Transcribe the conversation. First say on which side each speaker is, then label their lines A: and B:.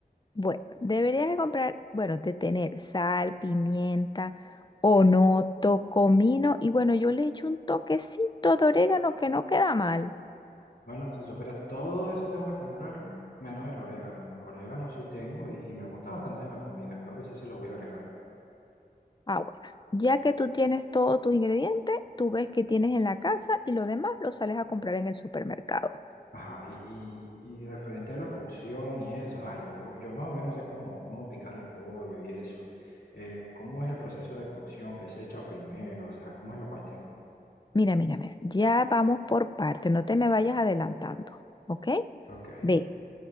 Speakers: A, on the left (about 25°); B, on the left (about 85°).
A: Bueno, deberías de comprar, bueno, de tener sal, pimienta, onoto, comino y bueno, yo le echo un toquecito de orégano que no queda mal.
B: Bueno, si superas todo eso tengo que comprarlo, menos el orégano. Orégano sí tengo y, y me gusta bastante en la comida, creo que sí se lo voy a agregar.
A: Ah, bueno. Ya que tú tienes todos tus ingredientes, tú ves que tienes en la casa y lo demás lo sales a comprar en el supermercado.
B: Ajá, y, y, y referente a la cocción y eso, ajá, yo, yo más o menos sé cómo, cómo picar el pollo y eso. Eh, ¿cómo es el proceso de cocción? ¿Qué se echa primero? O sea, ¿cómo es la cuestión?
A: Mira, mira, mira. Ya vamos por partes. no te me vayas adelantando, ¿ok?
B: Ok.
A: Ve,